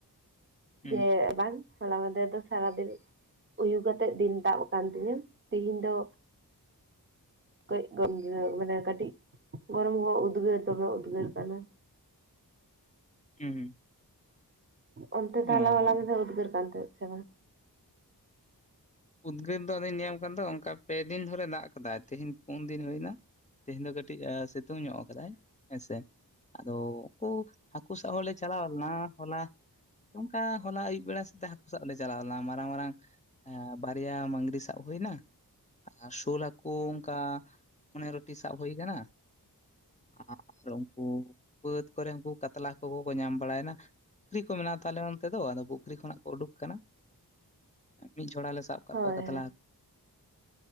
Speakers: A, on the left (about 20°); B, on the right (about 30°).
A: ᱦᱩᱸ
B: ᱡᱮᱸ ᱵᱟᱝᱼᱼ ᱦᱚᱞᱟ ᱢᱟᱫᱷᱮᱨ ᱫᱚ ᱥᱟᱨᱟᱫᱤᱱ ᱩᱭᱩ ᱠᱟᱛᱮᱜ ᱫᱤᱱ ᱛᱟᱵ ᱟᱠᱟᱱ ᱛᱤᱧᱟᱹ ᱛᱤᱦᱤᱧ ᱫᱚ, ᱠᱟᱹᱡ <inaudible> ᱢᱟᱱᱮ ᱠᱟᱹᱴᱤᱡ ᱜᱚᱨᱚᱢ ᱜᱚᱨᱚᱢ ᱩᱫᱽᱜᱟᱹᱨ ᱛᱮᱦᱚᱸ ᱩᱫᱽᱜᱟᱹᱨ ᱠᱟᱱᱟ᱾
A: ᱦᱩᱸ ᱦᱩᱸ᱾
B: ᱚᱱᱛᱮ
A: ᱚ
B: ᱛᱟᱦᱚᱞᱮ ᱦᱚᱞᱟ ᱧᱤᱫᱟᱹ ᱩᱫᱽᱜᱟᱹᱨ ᱠᱟᱱ ᱛᱟᱦᱮᱸᱫ ᱥᱮ ᱵᱟᱝ?
A: ᱩᱫᱽᱜᱟᱹᱨ ᱫᱚ ᱟᱫᱚᱧ ᱧᱟᱹᱭ ᱟᱢ ᱠᱟᱱ ᱫᱚ ᱚᱱᱠᱟ ᱯᱮ ᱫᱤᱱ ᱫᱷᱚᱨᱮ ᱫᱟᱜ ᱟᱠᱟᱫᱟᱭ ᱛᱦᱮᱧ ᱯᱩᱱ ᱫᱤᱱ ᱦᱩᱭ ᱮᱱᱟ, ᱛᱮᱦᱮᱧ ᱫᱚ ᱠᱟᱹᱴᱤᱡ ᱥᱤᱛᱩᱝ ᱧᱚᱜ ᱠᱟᱫᱟᱭ ᱦᱮᱸᱥᱮ ᱟᱫᱚ ᱩᱱᱠᱩᱼᱼ ᱦᱟᱹᱠᱩ ᱥᱟᱵ ᱦᱚᱞᱮ ᱪᱟᱞᱟᱣ ᱞᱮᱱᱟ ᱦᱚᱞᱟ ᱚᱱᱠᱟ ᱦᱚᱞᱟ ᱟᱹᱭᱩᱵ ᱵᱮᱲᱟ ᱥᱮᱫᱛᱮ ᱦᱟᱹᱠᱩ ᱥᱟᱵ ᱞᱮ ᱪᱟᱞᱟᱣ ᱞᱮᱱᱟ ᱢᱟᱨᱟᱝ ᱢᱟᱨᱟᱝ ᱮᱸᱼᱼ ᱵᱟᱨᱭᱟ ᱢᱟᱝᱜᱨᱤ ᱥᱟᱵ ᱦᱩᱭ ᱮᱱᱟ᱾ ᱟᱨ ᱥᱳᱞ ᱦᱟᱹᱠᱩ ᱚᱱᱠᱟ ᱯᱚᱱᱮᱨᱚ ᱴᱤ ᱥᱟᱵ ᱦᱩᱭ ᱟᱠᱟᱱᱟ, ᱟᱨ ᱩᱱᱠᱩ ᱵᱟᱹᱫᱽ ᱠᱚᱨᱮ ᱩᱱᱠᱩ ᱠᱟᱛᱞᱟ ᱦᱟᱠᱳ ᱠᱚᱠᱚ ᱧᱟᱢ ᱵᱟᱲᱟᱭᱮᱱᱟ᱾ ᱯᱩᱠᱷᱨᱤ ᱠᱚ ᱢᱮᱱᱟᱜ ᱛᱟᱞᱮ ᱱᱚᱱᱚᱛ ᱫᱚ ᱟᱫᱚ ᱯᱩᱠᱷᱨᱤ ᱠᱷᱚᱱᱟᱜ ᱠᱚ ᱩᱰᱩᱠ ᱟᱠᱟᱱᱟ ᱢᱤᱫ ᱡᱷᱚᱲᱟᱞᱮᱼᱼ ᱥᱟᱵ ᱟᱠᱟᱫ
B: ᱦᱳᱭ
A: ᱠᱚᱣᱟ ᱠᱟᱛᱞᱟ ᱦᱟᱠ᱾